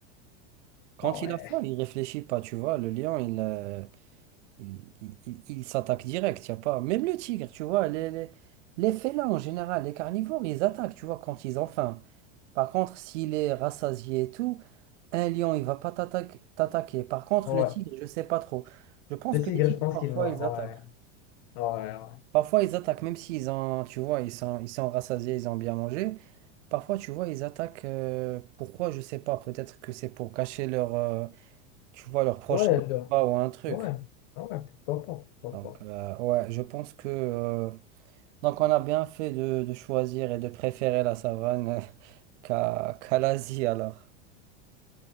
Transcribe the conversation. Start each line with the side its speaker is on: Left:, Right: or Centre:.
Right: Quand
Left: Ah ouais.
Right: il a faim, il réfléchit pas, tu vois. Le lion, il. euh, Il, il- il- il s'attaque direct, y a pas. Même le tigre, tu vois, les, les, les félins en général, les carnivores, ils attaquent, tu vois, quand ils ont faim. Par contre, s'il est rassasié et tout, un lion, il va pas t'attaque- t'attaquer. Par contre,
Left: Ouais.
Right: le tigre, je sais pas trop. Je pense
Left: Le
Right: que
Left: tigre,
Right: les tigres,
Left: je pense
Right: parfois,
Left: qu'il va.
Right: ils attaquent.
Left: Ouais. Ouais, ouais.
Right: Parfois, ils attaquent, même s'ils ont, tu vois, ils sont, ils sont rassasiés, ils ont bien mangé. Parfois, tu vois, ils attaquent. euh, pourquoi, je sais pas. Peut-être que c'est pour cacher leur, euh, tu vois, leur proche
Left: Ouais, le-
Right: ou un truc.
Left: ouais. Ouais, pourquoi pas, pourquoi
Right: Donc,
Left: pas.
Right: euh, ouais, je pense que. euh, Donc on a bien fait de, de choisir et de préférer la savane euh, <laughs> qu'à qu'à l'Asie alors.